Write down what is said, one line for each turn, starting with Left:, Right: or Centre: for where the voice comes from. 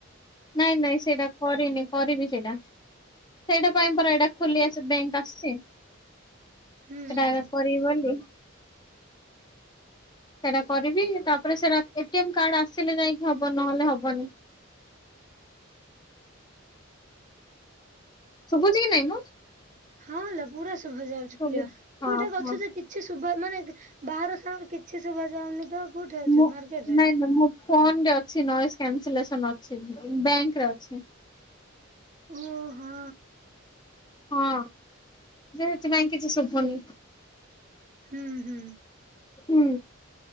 Left: ନାଇଁ ନାଇଁ ସେଇଟା କରିନି କରିନି ସେଇଟା ସେଇଟା ପାଇଁ ପ ଏଇଟା ଖୋଲି ଆସେ ବ୍ୟାଙ୍କ୍ ଆସଛି ସେଟାକା
Right: ହୁଁ ହୁଁ।
Left: କରିବି ବୋଲି। ସେଇଟା କରିବି ତାପରେ ସେଟା ଏଟି ଏମ କାର୍ଡ ଆସିଲେ ଯାଇକି ହବ ନହେଲେ ହବନି। ଶୁଭୁଛି କି ନାଇଁ ମ?
Right: ହଁ ଲୋ ପୁରା ଶୁଭା ଯାଉଛି
Left: ଶୁଭୁଛି
Right: କ୍ଲିଅର
Left: ହଁ
Right: କୋଉଠା ଅଛୁ
Left: ହଁ
Right: ତ କି କିଛି ଶୁଭା ମାନେ ବାହାର ସାଙ୍ଗ କିଛି ଶୁଭା ଯାଉନି ତ କୋଉଠି ଅଛୁ
Left: ମୁଁ
Right: ମାର୍କେଟରେ?
Left: ନାଇଁ ନାଇଁ ମୋ ଫୋନରେ ଅଛି ନଏଜ୍ କ୍ୟାନ୍ସେଲେସନ୍ ଅଛି ବ ବ୍ୟାଙ୍କରେ ଅଛି।
Right: ଓ ହଁ।
Left: ହଁ ଯେ ସେଥିପାଇଁ କିଛି ଶୁଭୁନି।
Right: ହୁଁ ହୁଁ
Left: ହୁଁ